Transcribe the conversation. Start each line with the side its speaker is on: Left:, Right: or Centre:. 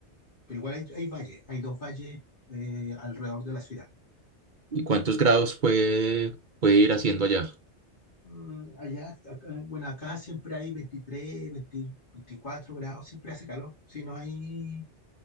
Left: pero igual hay, hay valles, hay dos valles eh, alrededor de la ciudad.
Right: ¿Y cuántos grados puede, puede ir haciendo allá?
Left: Mm, allá, acá- bueno, acá siempre hay 23, 20 24 grados, siempre hace calor, si no hay,